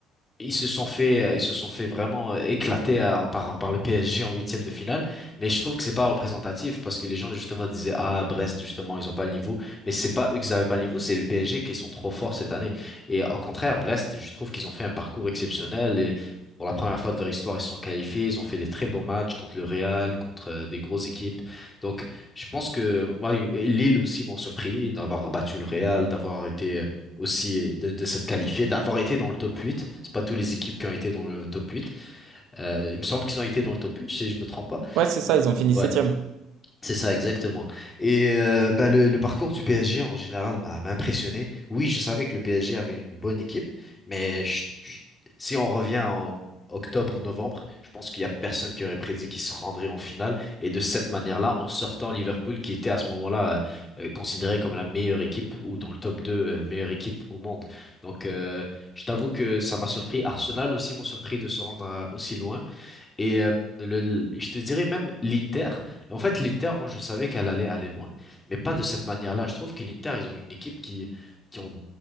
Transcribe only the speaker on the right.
Ouais, c'est ça, ils ont fini
septième.